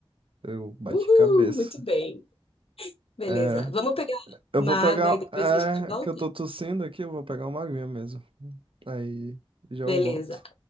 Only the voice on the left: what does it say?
Uhul,
muito bem. Beleza,
vamos pegar
uma
água
e depois
a gente volta?
Beleza.